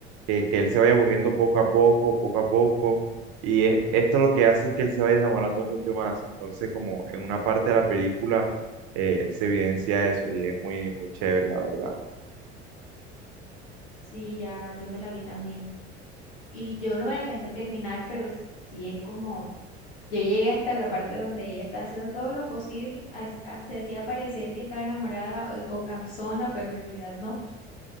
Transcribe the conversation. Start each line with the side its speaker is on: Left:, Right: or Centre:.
Right: que, que él se vaya aburriendo poco a poco, poco a poco, y es- esto lo que hace es que él se vaya enamorando mucho más. Entonces, como en una parte de la película eh, se evidencia eso y es muy, muy chévere, la verdad.
Left: Sí, ya yo me la vi también. Y yo no me la alcancé a terminar, pero sí es como, yo llegué hasta la parte donde ella está haciendo todo lo posible, ha- ha- se hacía parecer que estaba enamorada o, o cansona, pero en realidad no.